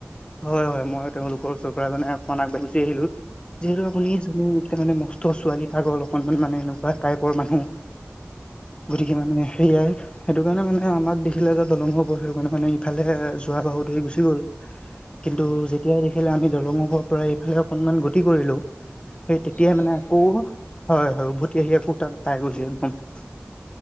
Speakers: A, on the left (about 25°); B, on the left (about 70°).
A: হয, হয় মই তেওঁলোকৰ ওচৰৰ পৰা মানে অকমান আগবাঢ়ি গুচি আহিলো, যিহেতু আপুনি
B: হয় হয়
A: জানেই ত, ছোৱালী পাগল অকনমান মানে এনেকুৱা টাইপৰ মানুহ,
B: হয়
A: গতিকে মানে সেয়াই সেইটো কাৰণে মানে আমাক দেখিলে যে দলঙৰ ওপৰত, সেইটো কাৰণে মানে ইফালে যোৱা বাহু ধৰি গুচি গ'ল। কিন্তু
B: উম
A: যেতিয়াই দেখিলে আমি দৰঙৰ ওপৰৰ পৰা এইফালে অকনমান গতি কৰিলোঁ সেই তেতিয়াই
B: লগালগ
A: মানে
B: আহি
A: আকৌ,
B: পাই গ'লহি
A: হয় হয়, উভতি আহি আকৌ তাত পাই গ'ল হি। <unintelligible>